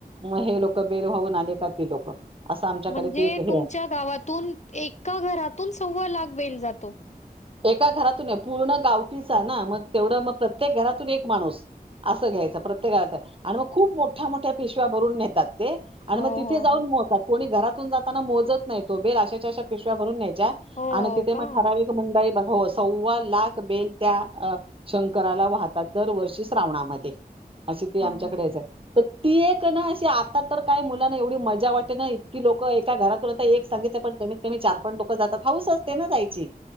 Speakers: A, on the right; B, on the left.
A: मग हे लोक बेलवाऊून आले का ती लोक असं आमच्याकडे
B: म्हणजे
A: ती एक हे
B: तुमच्या
A: आहे
B: गावातून एका घरातून सव्वा लाख बेल जातो
A: एका घरातून आहे पूर्ण गावकीचा ना मग तेवढं मग प्रत्येक घरातून एक माणूस असं घ्यायचं प्रत्येक घात आणि मग खूप मोठ्या मोठ्या पिशव्या भरून नेतात आणि
B: हो,
A: मग तिथे
B: हो,
A: जाऊन
B: हो.
A: मोजतात कोणी घरातून जाताना मोजत नाही तो बेल आशाच्या अशा पिशव्या भरून नाही
B: हो
A: आणि तिथे मग
B: का?
A: ठराव मुंई हो सव्वा लाख बेल त्या शंकराला वाहतात दरवर्षी श्रावणामध्ये अशी ते
B: हां,
A: आमच्याकडेच आहे ती एक ना अशी आता तर काय मुलाना एवढी मजा वाटते ना इतकी लोक एका घरातून आता एक सांगित पण क क चारोक जात हऊस असते नायची